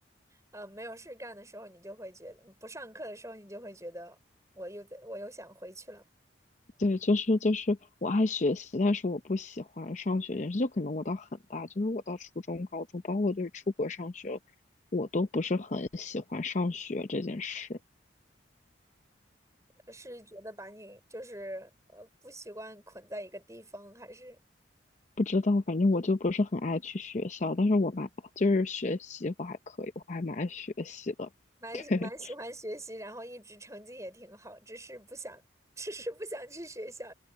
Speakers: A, on the right; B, on the left.
A: 呃，没有事干的时候，你就会觉得不上课的时候，你就会觉得我又在，我又想回去了，
B: 对，就是就是我爱学习，但是我不喜欢上学这件事。就可能我到很大，就是我到初中、高中，包括就是出国上学，我都不是很喜欢上学这件事。
A: 呃是觉得把你就是呃不习惯捆在一个地方，还是
B: 不知道，反正我就不是很爱去学校，但是我蛮就是学习我还可以，我还蛮爱学习的。
A: 蛮蛮喜欢学习，
B: <laughs> 对，
A: 然后一直成绩也挺好，只是不想，<laughs> 只是不想去学校，